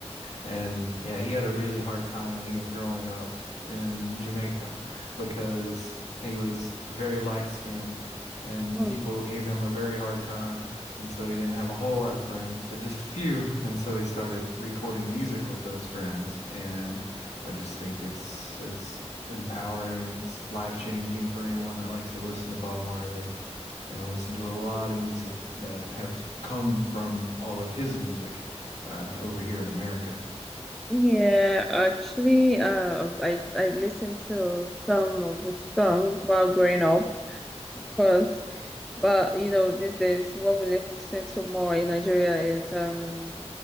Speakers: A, on the left; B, in the centre.
A: And yeah, he had a really hard time when he was growing up in Jamaica because he was very light skinned and
B: Hmm.
A: people gave him a very hard time. And so he didn't have a whole lot of friends, but just a few. And so he started recording music with those friends. And I just think it's it's empowering, it's life changing for anyone that likes to listen to Bob Marley. And I listen to a lot of music that have come from all of his music uh, over here in America.
B: Yeah, actually, uh, I I listened to some of his songs while growing up, of course. But you know, these days, what we listen to more in Nigeria is um,